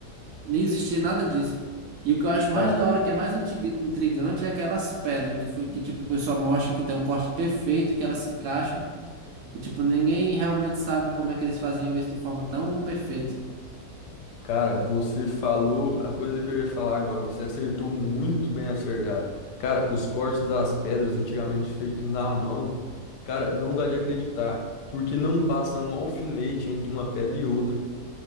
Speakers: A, on the right; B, on the left.
A: nem existia nada disso. E o que eu acho
B: Cara,
A: mais da hora, que é mais intig- intrigante, é aquelas pedras que foi que, tipo, o pessoal mostra que tem um corte perfeito, que elas se encaixam. E, tipo, ninguém realmente sabe como é que eles faziam isso de forma tão perfeita.
B: Cara, você falou a coisa que eu ia falar agora. Você acertou muito bem acertado. Cara, os cortes das pedras antigamente feitos na mão, cara, não dá de acreditar, porque não passa um alfinete entre uma pedra e outra.